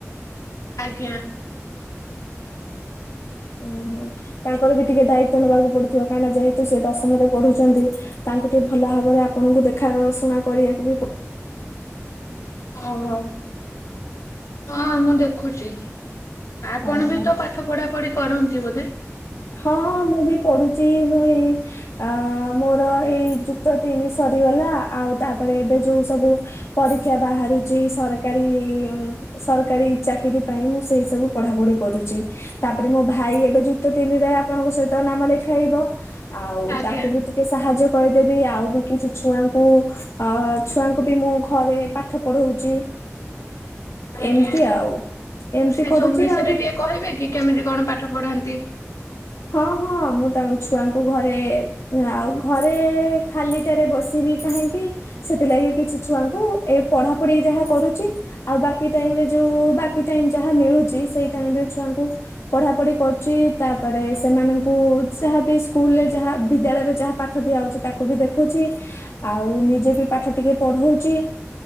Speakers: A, on the left; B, on the left.
A: ଆଜ୍ଞା।
B: ଉଁ ହୁଁ ତାଙ୍କର ବି ଟିକେ ଦାୟିତ୍ୱ ନବାକୁ ପଡୁଥିବ କାହିଁକି ନା ଯେହେତୁ ସେ ଦଶମରେ ପଢୁଛନ୍ତି। ତାଙ୍କୁ ଟିକେ ଭଲ ଭାବରେ ଆପଣଙ୍କୁ ଦେଖାର ଶୁଣା କରିଆକୁ ବି ପ
A: ଓ ହୋ ହଁ ମୁଁ ଦେଖୁଚି। ଆପଣ
B: ଓହୋ
A: ବି ତ ପାଠ ପଢା ପଢି କରନ୍ତି ବୋଧେ।
B: ହଁ ମୁଁ ବି ପଢୁଚି ମୁଁ ଏଇ ଆ ମୋର ଏଇ ଯୁକ୍ତ ତିନି ସରିଗଲା ଆଉ ତାପରେ ଏବେ ଯୋଉ ସବୁ ପରୀକ୍ଷା ବାହାରୁଚି ସରକାରୀ ଉଁ ସରକାରୀ ଚାକିରି ପାଇଁ ମୁଁ ସେଇ ସବୁ ପଢା ପଢି କରୁଚି ତାପରେ ମୋ ଭାଇ ଏବେ ଯୋ ଯୁକ୍ତ ତିନିରେ ଆପଣଙ୍କ ସହିତ ନାମ ଲେଖାଇବ ଆଉ
A: ଆଜ୍ଞା
B: ତାକୁ ବି ଟିକେ ସାହାଯ୍ୟ କରିଦେବି ଆଉ ବି କିଛି ଛୁଆଙ୍କୁ ଅ ଛୁଆଙ୍କୁ ବି ମୁଁ ଘରେ ପାଠ ପଢଉଚି
A: ଆଜ୍ଞା
B: ଏମତି ଆଉ ଏମତି
A: ସେ
B: କରୁଚି
A: ସବୁ ବିଷୟରେ
B: ଆଉ ବି
A: ଟିକେ କହିବେ କି କେମିତି କଣ ପାଠ ପଢ଼ାନ୍ତି?
B: ହଁ ହଁ ମୁଁ ତାଙ୍କ ଛୁଆଙ୍କୁ ଘରେ ଆଉ ଘରେ ଖାଲିଟାରେ ବସିବି କାହିଁକି। ସେଥିଲାଗି କିଛି ଛୁଆଙ୍କୁ ଏ ପଢା ପଢି ଯାହା କରୁଚି। ଆଉ ବାକି ଟାଇମ୍ ରେ ଯୋଉ ବାକି ଟାଇମ୍ ଯାହା ମିଳୁଚି ସେଇ ଟାଇମ୍ ରେ ଛୁଆଙ୍କୁ ପଢା ପଢି କରୁଚି ତା ପରେ ସେମାନଙ୍କୁ ଯାହା ବି ସ୍କୁଲରେ ଯାହା ବିଦ୍ୟାଳୟରେ ଯାହା ପାଠ ଦିଆ ହଉଚି ତାକୁ ବି ଦେଖୁଚି। ଆଉ ନିଜେ ବି ପାଠ ଟିକେ ପଢଉଚି।